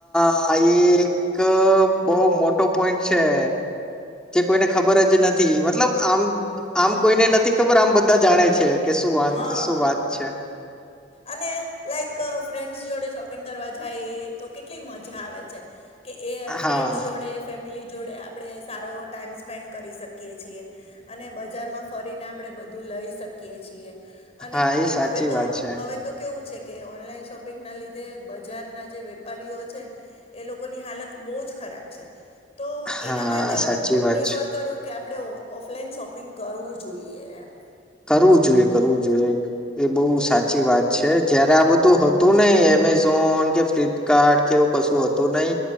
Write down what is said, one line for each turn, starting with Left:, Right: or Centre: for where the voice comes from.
Centre: <unintelligible> એક બહુ મોટો પોઈન્ટ છે, જે કોઈને ખબર જ નથી મતલબ આમ
Left: હા.
Centre: આમ કોઈને નથી ખબર, આમ બધા જાણે છે કે શું વાંધ
Left: હા.
Centre: શું વાત છે.
Left: અને લાઈક ફ્રેન્ડસ જોડે શોપિંગ કરવા જાઈએ તો કેટલી મજા આવે છે. કે એ ફ્રેન્ડ
Centre: હા
Left: જોડે ફેમિલી જોડે આપણે સારો એવો ટાઈમ સ્પેન્ડ કરી શકીએ છીએ, અને બજારમાં ફરીને આપણે બધું લઈ શકીએ છીએ. અને
Centre: હા એ સાચી
Left: હવે તો
Centre: વાત છે.
Left: હવે કેવું છે કે ઓનલાઈન શોપિંગ ના લીધે બજારના જે વેપારીઓ છે, એ લોકોની હાલત બ જ ખરાબ છે, તો
Centre: હા
Left: એના માટે હું
Centre: સાચી વાત
Left: પ્રિફર
Centre: છે
Left: કરું કે આપડણે ઓફલાઈન શોપિંગ કરવું જોઈએ એમ.
Centre: કરવું જોઈએ કરવું જોઈએ, એ બહુ
Left: હમ
Centre: સાચી વાત છે જયારે આ બધું તું નહી એમેઝોન કે ફ્લિપકાર્ટ કેવું કશું હતું નહી.